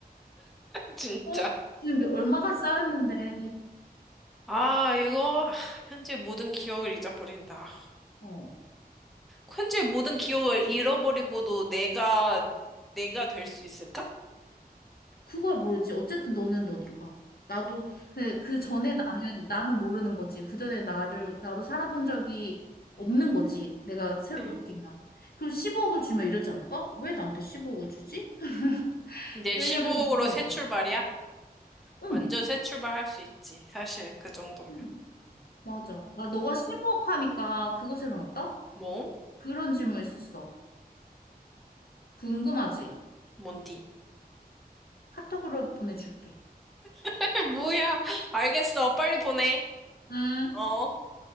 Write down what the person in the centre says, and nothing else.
진짜.
아, 이거, 아, 현재 모든 기억을 잊어버린다.
현재 모든 기억을 잃어버리고도 내가, 내가 될 수 있을까?
네.
이제
15억으로
새 출발이야?
완전 새 출발할 수 있지. 사실, 그 정도면.
뭐?
뭔디?
<laughs> 뭐야? 알겠어. 빨리 보내.
어.